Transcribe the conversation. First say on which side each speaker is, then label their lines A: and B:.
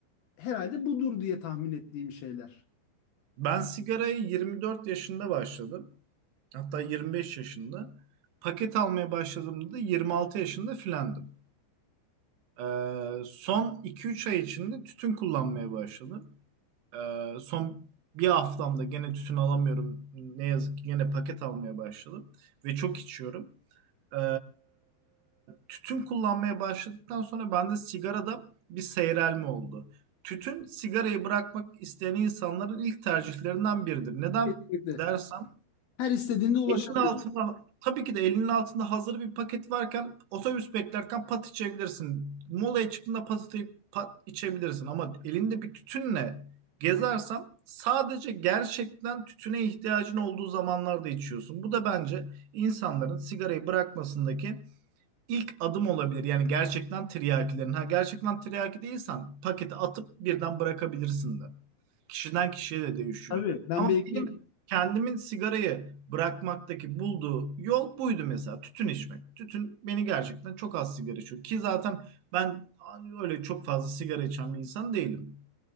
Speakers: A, on the left; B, on the right.
A: Herhalde budur diye tahmin ettiğim şeyler.
B: Ben sigarayı 24 yaşında başladım. Hatta 25 yaşında. Paket almaya başladığımda da 26 yaşında filandım. Ee, son 2-3 ay içinde tütün kullanmaya başladım. Ee, son bir haftamda gene tütün alamıyorum. Ne yazık ki gene paket almaya başladım ve çok içiyorum. Ee, tütün kullanmaya başladıktan sonra bende sigarada bir seyrelme oldu. Tütün sigarayı bırakmak isteyen insanların ilk tercihlerinden biridir. Neden
A: Kesinlikle.
B: dersen
A: Her istediğinde ulaşamıyorum.
B: Elinin altında tabii ki de elinin altında hazır bir paket varken otobüs beklerken pat içebilirsin. Molaya çıktığında pat, atayıp pat içebilirsin ama elinde bir tütünle gezersen sadece gerçekten tütüne ihtiyacın olduğu zamanlarda içiyorsun. Bu da bence insanların sigarayı bırakmasındaki ilk adım olabilir. Yani gerçekten tiryakilerin. Ha gerçekten tiryaki değilsen paketi atıp birden bırakabilirsin de. Kişiden kişiye de değişiyor.
A: Tabii ben
B: Ama
A: belki
B: benim kendimin sigarayı bırakmaktaki bulduğu yol buydu mesela. Tütün içmek. Tütün beni gerçekten çok az sigara içiyor. Ki zaten ben öyle çok fazla sigara içen bir insan değilim.